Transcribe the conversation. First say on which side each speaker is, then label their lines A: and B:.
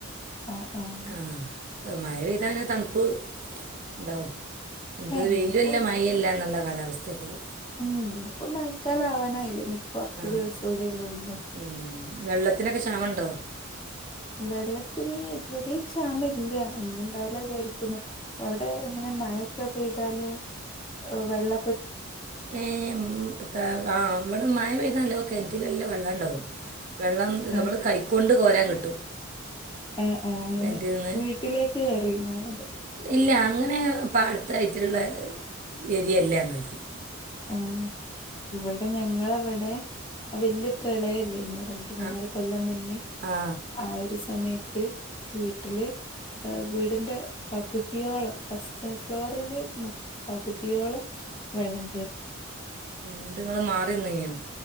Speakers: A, on the left; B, on the right.
A: ആഹ് ആഹ്
B: ആ മഴ പെയ്താ പിന്നെ തണുപ്പ് ണ്ടാവും അയിന്പത്
A: ആഹ്
B: വെയിലുംല്ല
A: ഇനിയിപ്പോ
B: മഴല്ല നല്ല കാലാവസ്ഥപ്പത്
A: ഉം ഇഞ്ഞ്പ്പൊ മയക്കാലാവാനായിലെ ഇനിപ്പ കൊറച്ച്
B: ആ
A: ദിവസൂടില്ലേ ഉള്ളൂ.
B: ഉം. വെള്ളത്തിനൊക്കെ ക്ഷാമ
A: ഉം.
B: ഉണ്ടോ
A: വെള്ളത്തിന് ഇതുവരെ ക്ഷാമ ഇല്ല ഒന്നും ഉണ്ടാവൂല വിചാരിക്കുന്നു അവിടെ എങ്ങനെ മയക്ക പെയ്താല് ഓ വെള്ള
B: ഏ ഉം താ ആ ഇവടെ മഴ പെയതാ നല്ലോം കെൻറ്റിൽ നല്ല വെള്ളം ഇണ്ടാവും വെള്ളം നമ്മള്
A: ആഹ്
B: കൈക്കൊണ്ട് കോരാൻ കിട്ടും
A: ആ ആ അങ്ങനെ
B: കിണറ്റിൽ നിന്ന്
A: വീട്ടിലേക്ക് കേറിണോ അത്
B: ഇല്ല അങ്ങനെ പാടത്തായിട്ടുള്ള ഏരിയല്ലങ്ങൾത്
A: ആ ഇവിടെ ഞങ്ങളവിടെ വല്യ പ്രളയല്ലേനു രണ്ട് മൂന്നാല്
B: ആ ആ
A: കൊല്ലം മുന്നേ
B: ആ
A: ആ ഒരു സമയത്ത് വീട്ടില് വീടിന്റെ പകുതിയോളം ഫസ്റ്റ് ഫ്ലോറില് പകുതിയോളം വള്ളം
B: മത്ങ്ങള് മാറിന്നീനോ